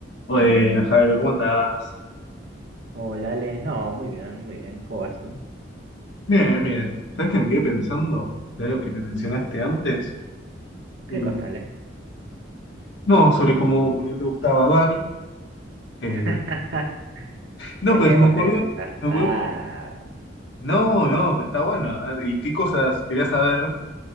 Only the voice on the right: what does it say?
Hola, Ale. No, muy bien, muy bien. ¿Cómo vas tú?
¿Qué
cosa, Ale?
<laughs>
Dejemos
el pasado.